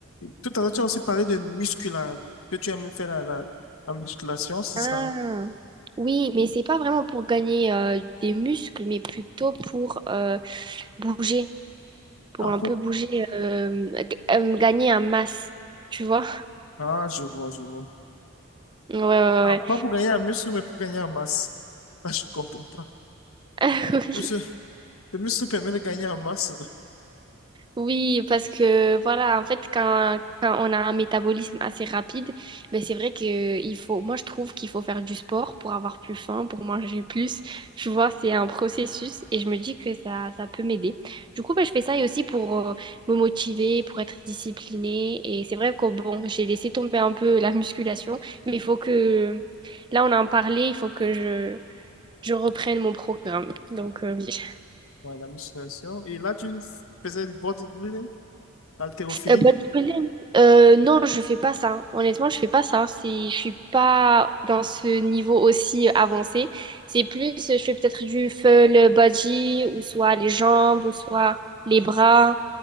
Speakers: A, on the left; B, on the right.
A: Tout à l'heure, tu as aussi parlé de musculation, que tu aimes faire la, la, la musculation, c'est
B: Ah.
A: ça?
B: Oui, mais c'est pas vraiment pour gagner euh, des muscles, mais plutôt pour euh, bouger, pour
A: Ah,
B: un
A: pour...
B: peu bouger, euh, g- euh, gagner en masse, tu vois?
A: ah, je vois, je vois.
B: Ouais, ouais,
A: Ah,
B: ouais.
A: pas pour gagner en muscle, mais pour gagner en masse. Là, je comprends pas.
B: <laughs> ouais. Oui.
A: Monsieur, le muscle permet de gagner en masse.
B: Oui, parce que voilà, en fait, quand, quand on a un métabolisme assez rapide, ben c'est vrai que il faut, moi je trouve qu'il faut faire du sport pour avoir plus faim, pour manger plus. Tu vois, c'est un processus et je me dis que ça, ça peut m'aider. Du coup, ben, je fais ça et aussi pour euh, me motiver, pour être disciplinée. Et c'est vrai que bon, j'ai laissé tomber un peu la musculation, mais il faut que, là on en parlait, il faut que je, je reprenne mon programme. Donc, euh, oui.
A: Ouais, la musculation. Et là, tu faisais du bodybuilding, haltérophilie.
B: Euh, bodybuilding? Euh, non, je fais pas ça. Honnêtement, je fais pas ça. C'est, je suis pas dans ce niveau aussi avancé. C'est plus, euh, je fais peut-être du full body ou soit les jambes ou soit les bras,